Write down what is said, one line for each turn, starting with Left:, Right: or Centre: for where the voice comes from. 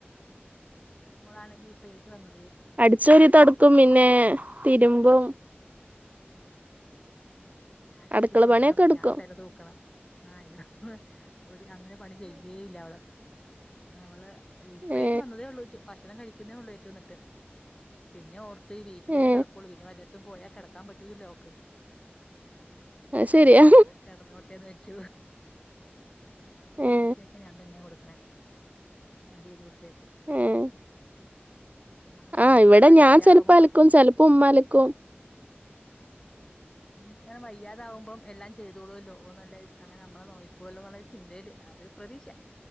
Left: മോളാണെങ്കി ഇപ്പഏറ്റ് വന്ന
Right: അടിച്ച് വാരി തൊടക്കും പിന്നെ തിരുമ്പും
Left: ആഹ് ഇത് ഞാൻ അലക്കി
Right: അടുക്കള
Left: കൊടുക്കണം
Right: പണിയൊക്കെ എടുക്കും
Left: ഞാൻ പെരതൂക്കണം ആഹ് ഇവിടെ ഒരു അങ്ങനെ പണി ചെയ്യേല്ല അവള് അവള് ഇപ്പ
Right: ഏ
Left: ഏറ്റു വന്നതേ ഉള്ളൂ ഭക്ഷണം കഴിക്കുന്നതേ ഉള്ളൂ ഏറ്റു വന്നിട്ട് പിന്നെ ഓർ ഇപ്പ ഈ വീട്ടിലല്ലേ
Right: ഏ
Left: നടക്കോള്ളൂ പിന്നെ വല്ലോട്ത്തും പോയാ കെടക്കാ പറ്റൂലല്ലൊ അവക്ക്
Right: അത്
Left: ആഹ്
Right: ശരിയാ
Left: അപ്പൊ എന്താ കെടന്നോട്ടേന്ന് വെച്ചു
Right: ഏ
Left: അലക്ക്യൊക്കെ ഞാൻ തന്നെ കൊടുക്ക്ണേ എല്ലാം ചെയ്ത് കൊട്ത്തേ
Right: ഏഹ്
Left: നാളെ നമ്മുക്കും
Right: ആഹ് ഇവടെ
Left: എന്നാല്
Right: ഞാൻ
Left: വയ്യാതാവുമ്പം
Right: ചെലപ്പൊ അലക്കും
Left: പ
Right: ചെലപ്പൊ ഉമ്മ അലക്കും
Left: നമ്മക്ക്ങ്ങനെ വയ്യാതാവുമ്പം എല്ലാം ചെയ്തോളുവല്ലോ ഓഹ് നല്ലെ അങ്ങനെ നമ്മളെ നോയിക്കോളല്ലോന്ന്ള്ളൊര് ചിന്തേല് അത് പ്രതീക്ഷ